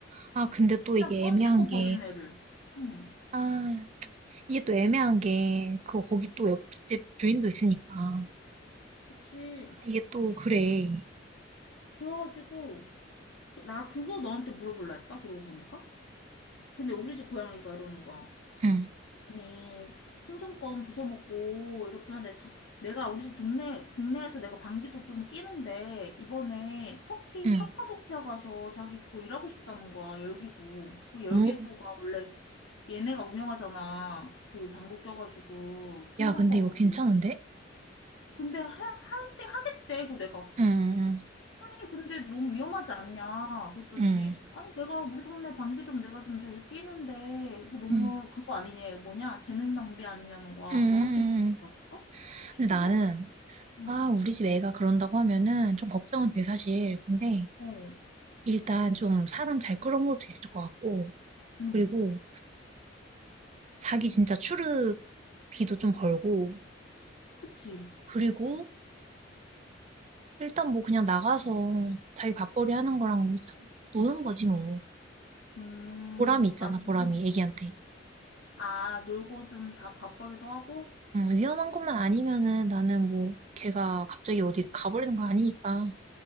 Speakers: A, on the right; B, on the left.
A: 아, 근데 또
B: 그냥
A: 이게
B: 껌
A: 애매한
B: 씹고 버리는
A: 게,
B: 애를 응
A: 아, 이게 또 애매한 게, 그, 거기 또 옆집 주인도 있으니까. 아,
B: 그치
A: 이게 또, 그래.
B: 그래가지고 그- 나 그거 너한테 물어볼라 했다. 그러고 보니까. 근데 우리 집 고양이가 이러는 거야.
A: 응.
B: 아니, 풍선껌 주워 먹고 이렇게 하는데 자, 내가 우리 집 동네 동네에서 내가 방귀도 좀 뀌는데 이번에 터키
A: 응.
B: 카파도키아 가서 자기 그거 일하고 싶다는 거야. 열기구. 그 열기구가
A: 오,
B: 원래 얘네가 운영하잖아. 그 방구 껴가지고 풍선껌으로.
A: 야, 근데 이거 괜찮은데?
B: 근데 하, 한대 하겠대. 그 내가
A: 응,
B: 아니, 근데 너무 위험하지 않냐? 그랬더니,
A: 응,
B: 아니, 내가 우리 동네 방귀 좀 내가 좀 제일 끼는데, 이거 너무
A: 응, 응,
B: 그거 아니냐? 뭐냐? 재능 낭비 아니냐는 거야.
A: 응, 응.
B: 너 같으면
A: 응.
B: 어떡하겠어? 시켜줘?
A: 근데 나는,
B: 응,
A: 아, 우리 집 애가 그런다고 하면은 좀 걱정은 돼, 사실. 근데
B: 어,
A: 일단 좀 사람 잘 끌어모을 수 있을 것 같고,
B: 응,
A: 그리고 자기 진짜 출입비도 좀 벌고,
B: 그치.
A: 그리고 일단 뭐 그냥 나가서 자기 밥벌이 하는 거랑 뭐 참 노는 거지 뭐.
B: 음,
A: 보람이 있잖아,
B: 아,
A: 보람이,
B: 음,
A: 애기한테.
B: 아, 놀고 좀 다 밥벌이도 하고,
A: 응, 위험한 것만 아니면은 나는 뭐 걔가 갑자기 어디 가버리는 거 아니니까.